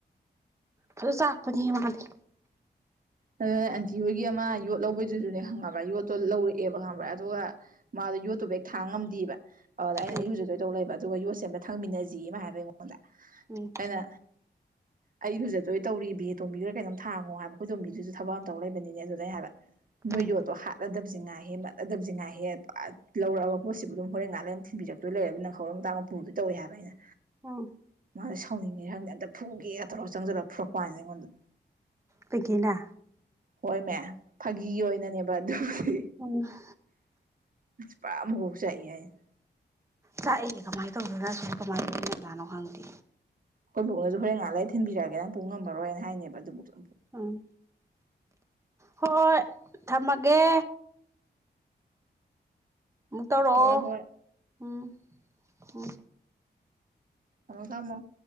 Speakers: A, on the right; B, on the right.
A: ꯐꯖ ꯆꯥꯛꯄꯅꯦꯍꯦ ꯃꯥꯗꯤ
B: ꯑꯗꯨꯅꯦ ꯑꯟꯇꯤ ꯍꯣꯏꯒꯤ ꯑꯃ ꯌꯣꯠ ꯂꯧꯕꯩꯗꯨꯁꯨꯅꯦ ꯈꯪꯉꯕ꯭ꯔꯥ ꯌꯣꯠꯇꯣ ꯂꯧꯔꯛꯑꯦꯕ ꯈꯪꯉꯕ꯭ꯔꯥ ꯑꯗꯨꯒ ꯃꯥꯗꯣ ꯌꯣꯠꯇꯨꯕꯨ ꯍꯦꯛ ꯊꯥꯡ ꯉꯝꯗꯦꯕ ꯑꯗꯨꯗ ꯑꯩꯅ
A: ꯎꯝ
B: ꯏꯔꯨꯖꯗꯣꯏ ꯇꯧ ꯂꯩꯕ ꯑꯗꯨꯒ ꯌꯣꯠꯁꯦ ꯑꯝꯇ ꯊꯥꯡꯃꯤꯟꯅꯖꯦꯌꯦ ꯃꯥ ꯍꯥꯏꯕ ꯑꯩꯉꯣꯟꯗ
A: ꯎꯝ
B: ꯑꯩꯅ ꯑꯩ ꯏꯔꯨꯖꯗꯣꯢ ꯇꯧꯔꯤ ꯕꯦ ꯇꯣꯝꯕꯤꯒꯔ ꯀꯩꯅꯣꯝ ꯊꯥꯡꯉꯣ ꯍꯥꯏꯕ ꯑꯩꯈꯣꯏ ꯇꯣꯝꯕꯤ ꯗꯨꯖꯨ ꯊꯕꯛ ꯑꯃ ꯇꯧ ꯂꯩꯕꯅꯤꯅꯦ ꯑꯗꯨꯗ ꯑꯩ ꯍꯥꯏꯕ ꯅꯣꯏ
A: ꯎꯝ
B: ꯌꯣꯠꯇꯣ ꯍꯥꯠꯂꯗꯕꯁꯤ ꯉꯥꯏꯍꯦ ꯃꯠꯂꯗꯕꯕꯁꯤ ꯉꯥꯏꯍꯦ ꯂꯧꯔꯛꯑꯕ ꯄꯣꯠꯁꯤꯕꯨ ꯑꯗꯨꯝ ꯍꯣꯔꯦꯟ ꯉꯥꯛꯂꯩ ꯑꯗꯨꯝ ꯊꯤꯟꯕꯤ ꯔꯛꯇꯧ ꯂꯩꯔꯗꯨ ꯅꯪꯍꯧꯔꯣꯢ ꯃꯇꯥꯒꯨꯝ ꯄꯨꯗꯣꯢ ꯇꯧꯋꯦ ꯍꯥꯏꯕ ꯑꯩꯅ
A: ꯎꯝ
B: ꯃꯥꯖꯦ ꯁꯥꯎꯅꯤꯡꯉꯤꯔ ꯈꯪꯗꯦ ꯑꯝꯇ ꯐꯨꯒꯦꯒ ꯇꯧꯔꯒ ꯆꯪꯖꯤꯜꯂꯒ ꯐꯨꯔꯛꯄ ꯋꯥꯅꯤꯗ ꯑꯩꯉꯣꯟꯗ
A: ꯄꯤꯡꯀꯤꯅ
B: ꯍꯣꯏꯃꯦ ꯐꯥꯒꯤ ꯑꯣꯏꯅꯅꯦꯕ ꯑꯗꯨꯕꯨꯗꯤ
A: ꯑꯝ ꯍ
B: ꯐ ꯃꯀꯣꯛ ꯆꯥꯛꯏ ꯍꯥꯢꯖꯤꯅꯦ
A: ꯆꯥꯛꯑꯦ ꯀꯃꯥꯏ ꯇꯧꯗꯣꯏꯅꯣ ꯑꯁꯤꯕꯨ ꯀꯃꯥꯏ ꯂꯣꯢꯅꯖꯥꯠꯅꯣ ꯈꯪꯗꯦ
B: ꯈꯣꯏ ꯕꯨꯕꯣꯛꯅꯖꯨ ꯍꯣꯔꯦꯟ ꯉꯍꯥꯛ ꯂꯩꯔ ꯊꯤꯟꯕꯤꯔꯛꯒꯦ ꯅꯪ ꯄꯨ ꯉꯝꯃꯔꯣꯏꯅ ꯍꯥꯏꯅꯦꯕ ꯑꯗꯨꯕꯧꯁꯨ
A: ꯎꯝ ꯍꯣꯏ ꯊꯝꯃꯒꯦ ꯑꯃꯨꯛ ꯇꯧꯔꯛꯑꯣ
B: ꯍꯣꯏ ꯍꯣꯏ
A: ꯎꯝ ꯎꯝ
B: ꯑꯃꯨꯛ ꯊꯝꯃꯣ